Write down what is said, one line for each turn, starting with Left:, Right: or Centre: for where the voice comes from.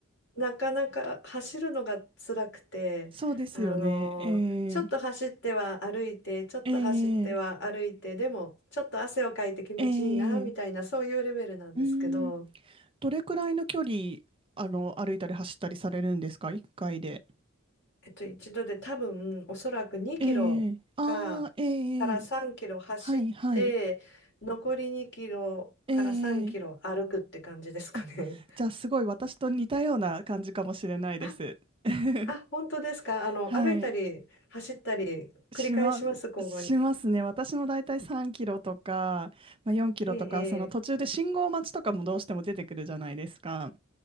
Left: なかなか走るのが辛くて、
Right: そうですよね。
Left: あのちょっと走っては歩いて、
Right: えー、
Left: ちょっと走っては歩いて、
Right: えー、
Left: でも、ちょっと汗をかいて気持ちいいな、
Right: えー、
Left: みたいな、そういうレベルなんですけど、
Right: うーん、どれくらいの距離、あの、歩いたり走ったりされるんですか ?1 回で。
Left: えっと、一度で多分おそらく2キロか、
Right: えー、あー、えー、
Left: から3キロ走って残り2キロから3キロ歩くって感じですかね。
Right: はい、はい。えー、あ、じゃあすごい私と似たような感じかもしれないです。
Left: <laughs> あ、
Right: <laughs>
Left: あ、本当ですか。あの歩いたり走ったり繰り返します交互に。
Right: はい。しま、しますね。私もだいたい3キロとか、まあ、4キロとか、
Left: ええ、
Right: その途中で信号待ちとかもどうしても出てくるじゃないですか。
Left: ええ